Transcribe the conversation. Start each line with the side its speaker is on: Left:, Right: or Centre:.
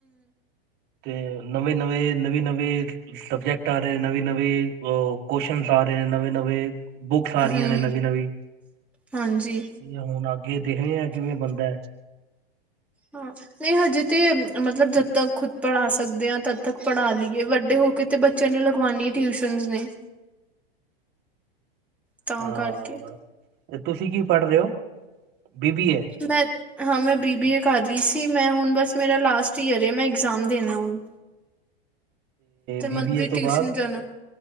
Right: ਤੇ ਨਵੇਂ ਨਵੇਂ ਨਵੀਂ ਨਵੇਂ ਸਬਜੈਕਟ ਆ ਰਹੇ ਨਵੀਂ ਨਵੀਂ ਉਹ। ਕੁਸ਼ਨ ਆ ਰਹੇ ਨੇ ਨਵੇਂ ਨਵੇਂ ਬੁਕਸ ਆ ਰਹੀਆਂ
Centre: ਹੂੰ
Right: ਨੇ ਨਵੀਂ ਨਵੀਂ।
Centre: ਹਾਂਜੀ
Right: ਯਾਂ ਹੁਣ ਅੱਗੇ ਦੇਖਣੇ ਆ ਕਿਵੇਂ ਬੰਨਦਾ ਐ।
Centre: ਹਾਂ। ਨਹੀਂ ਹਜੇ ਤੇ ਮਤਲਬ ਜਦ ਤੱਕ ਖੁਦ ਪੜ੍ਹਾ ਸਕਦੇ ਆਂ ਤਦ ਤੱਕ ਪੜ੍ਹਾ ਲੀਏ। ਵੱਡੇ ਹੋ। ਕਿਤੇ ਬੱਚਿਆਂ ਨੇ ਲਿਗਵਾਉਣੀ ਟਿਊਸ਼ਨ ਨੇ। ਤਾਂ
Right: ਹਾਂ
Centre: ਕਰਕੇ
Right: ਤੇ ਤੁਸੀਂ ਕੀ ਪੜ੍ਹ ਰੇ ਹੋ ਬੀਬੀਏ।
Centre: ਮੈਂ ਹਾਂ ਮੈਂ ਬੀਬੀਏ ਕਰ ਰੀ ਸੀ। ਮੈਂ ਹੁਣ ਬਸ ਮੇਰਾ ਲਾਸਟ ਈਅਰ ਏ ਮੈਂ ਇਗਜ਼ਾਮ ਦੇਣਾ ਹੁਣ। ਤੇ
Right: ਬੀਬੀਏ
Centre: ਮਨਪ੍ਰੀਤ
Right: ਤੋਂ
Centre: ਟਿਊਸ਼ਨ
Right: ਬਾਅਦ
Centre: ਜਾਣਾ।